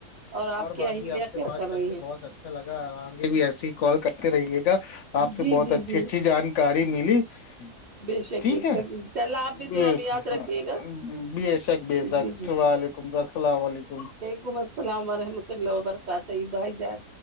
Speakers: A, on the right; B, on the left.
A: اور آپ کیا
B: باجی
A: ہلیہ
B: آپ سے
A: کیا
B: بات
A: کر رہی
B: کے
A: ہیں
B: بہت اچھا لگا آگے بھی ایسے ہی کال کرتے رہیے گا آپ سے
A: جی
B: بہت
A: جی
B: اچھی
A: جی
B: اچھی جانکاری ملی ہ <inaudible>
A: بے شک
B: ٹھیک
A: بے
B: ہے
A: شک چلا آپ بھی
B: ب
A: دعا میں یاد
B: ہ
A: رکھیے گا
B: بے شک بے شک
A: جی جی
B: السلام علیکم
A: حلیکم السلام ورحمۃ اللہ وبرکاتہ بھائی جان